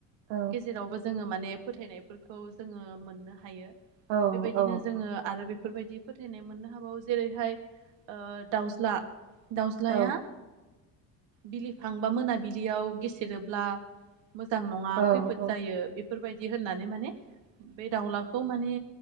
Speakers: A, on the right; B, on the right.
A: औ
B: गेजेरावबो जोङो मान बे फोथायनायफोरखौ जोङो मोननो हायो।
A: औ
B: बेबायदिनो
A: औ
B: जोङो आरो बे बेफोरबायदि फोथायनाय मोननो हाबावो जेरैहाय ओ दाउज्ला दाउज्लाया
A: औ
B: बिलिफां बा मोनाबिलियाव गेसेरोब्ला मोजां नङा
A: औ
B: खैफोद
A: औ
B: जायो बेफोरबायदि होननानै माने बे दाउलाखौ माने